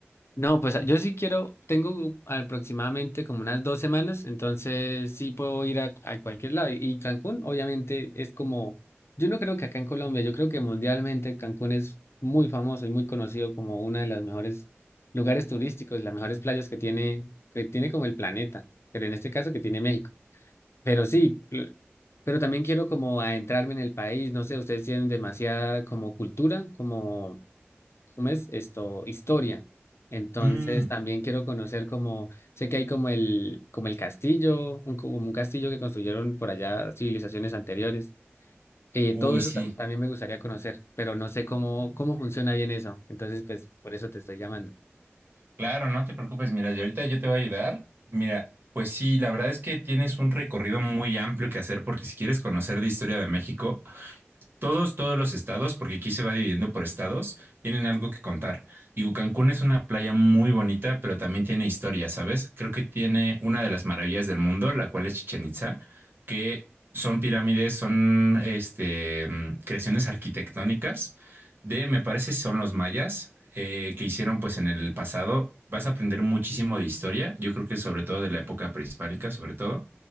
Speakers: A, on the left (about 65°); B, on the right (about 50°).
A: No, pues yo sí quiero, tengo aproximadamente como unas dos semanas, entonces sí puedo ir a, a cualquier lado. Y Cancún, obviamente, es como, yo no creo que acá en Colombia, yo creo que mundialmente Cancún es muy famoso y muy conocido como una de las mejores lugares turísticos, las mejores playas que tiene, que tiene como el planeta, pero en este caso que tiene México. Pero sí, l- pero también quiero como adentrarme en el país, no sé, ustedes tienen demasiada como cultura, como ¿cómo es esto? Historia. Entonces
B: Mm,
A: también quiero conocer como, sé que hay como el, como el castillo, un, como un castillo que construyeron por allá civilizaciones anteriores. Eh,
B: uy,
A: todo eso
B: sí.
A: tam- también me gustaría conocer, pero no sé cómo, cómo funciona bien eso. Entonces, pues por eso te estoy llamando.
B: Claro, no te preocupes. Mira, yo ahorita yo te voy a ayudar. Mira, pues sí, la verdad es que tienes un recorrido muy amplio que hacer porque si quieres conocer de historia de México, Todos, todos los estados, porque aquí se va dividiendo por estados, tienen algo que contar. Digo, Cancún es una playa muy bonita, pero también tiene historia, ¿sabes? Creo que tiene una de las maravillas del mundo, la cual es Chichén Itzá, que son pirámides, son este, mm, creaciones arquitectónicas de, me parece, son los mayas eh, que hicieron pues en el pasado. Vas a aprender muchísimo de historia, yo creo que sobre todo de la época prehispánica, sobre todo,